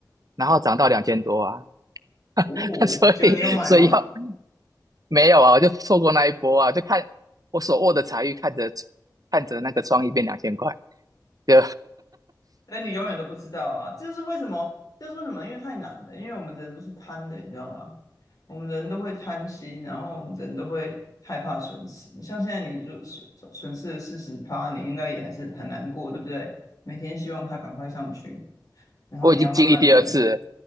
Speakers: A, on the right; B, on the left.
A: 然后涨到两千多啊，<laughs>
B: 哦，
A: 所以所以要
B: 结果你有买吗？
A: 没有啊，我就错过那一波啊，就看我手握的财运，看着看着那个创意变两千块，就
B: 但你永远都不知道啊，这是为什么？这是为什么？因为太难了，因为我们人都是贪的，你知道吗？我们人都会贪心，然后我们人都会害怕损失。像现在你如损损失了四十趴，你应该也还是很难过，对不对？每天希望它赶快上去，
A: <laughs>
B: 然后你要慢慢等，
A: 我已经经历第二次了，